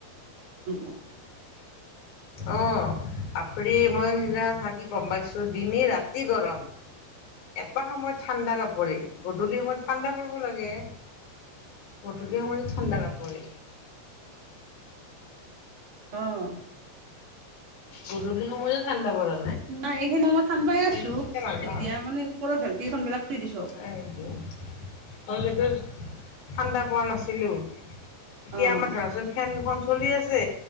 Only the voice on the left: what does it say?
অ, বাপৰে মই সিদিনা থাকি গম পাইছো দিনে ৰাতি গৰম। এটা সময়ত ঠাণ্ডা নপৰে, গধূলি সময়ত ঠাণ্ডা পৰিব লাগে। গধূলি সময়তো ঠাণ্ডা নপৰে।
গধূলি সময়তো ঠাণ্ডা পৰা
শীতকাল আৰু ন
এইটোৱে, মই কিন্তু ঠাণ্ডা পোৱা নাছিলোঁ। এতিয়া
আমাৰ ধৰাচোন ফেনখন চলি আছে,